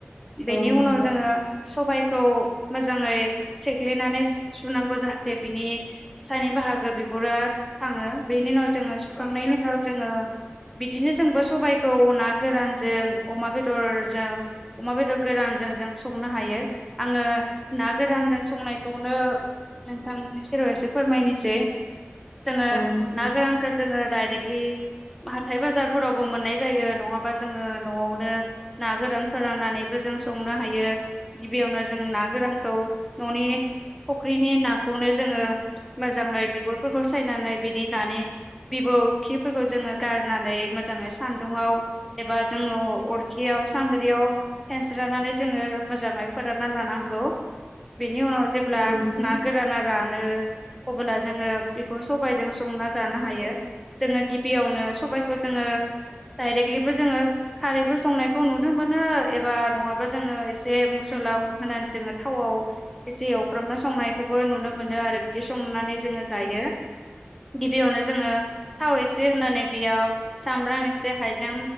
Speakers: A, in the centre; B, on the left (about 65°).
A: बेनि
B: औ नंगौ
A: उनाव जोङो सबाइखौ मोजाङै सेग्लिनानै सुनांगौ जाहाथे बिनि सानि बाहागो बिगुरा थाङो बेनि उनाव जोङो सुखांनायनि उनाव जोङो बिदिनो जोंबो सबाइ खौ ना गोरानजों अमा बेदरजों अमा बेदर गोरानजों जों संनो हायो। आङो ना गोरानजों संनायखौनो नोंथांनि सोरबा एसे फोरमायनोसै। जोङो
B: औ नोंथां
A: ना गोरानखौ जोङो डाइरेक्टलि हाथाय बाजारफोरावबो मोननाय जायो नङाबा जोङो न'आवनो ना गोरान फोराननानैबो जों संनो हायो गिबि यावनो जों ना गोरानखौ न'नि फुख्रिनि नाखौनो जोङो मोजाङै बिगुरफोरखौ सायनानै बिनि नानि बिबौ खिफोरखौ जोङो गारनानै मोजाङै सान्दुंआव एबा जोङो अरखियाव सान्द्रियाव फेनस्रोनानै जोङो मोजाङै फोराना लानांगौ बेनि उनाव जेब्ला
B: औ नंगौ
A: ना गोराना रानो अबोला जोङो बेखौ सबायजों संना जानो हायो। जोङो गिबियावनो सबबायखौ जोङो डायरेक्टलिबो जोङो खारैबो संनायखौ नुनो मोनो एबा नङाबा जोङो एसे मसला होनानै जोङो थाव एसे एवफ्रामना संनायखौबो नुनो मोनो आरो बिदि संनानै जोङो जायो गिबियावनो जोङो थाव एसे होनानै बेयाव सामब्राम एसे हाइजें